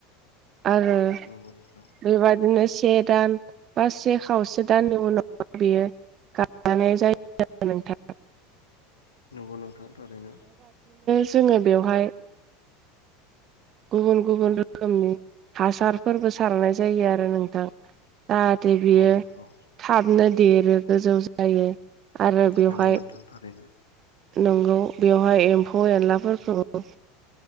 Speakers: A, on the right (about 40°); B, on the left (about 85°).
A: आरो
B: नंगौ नोंथां
A: बेबायादिनो से दान बा से खावसे दाननि उनाव बियो <unintelligible> जायो <unintelligible> नोंथां ।
B: नंगौ नोंथां थारैनो ।
A: जोङो बेवहाय गुबुन गुबुन रोखोमनि हासारफोरबो सारनाय जायो आरो नोंथां । जाहाथे बियो
B: औ नंगौ
A: थाबनो देरो गोजौ जायो । आरो बेवहाय
B: नंगौ नोंथां थारैनो
A: नंगौ बेवहाय एम्फौ एनलाफोरखौ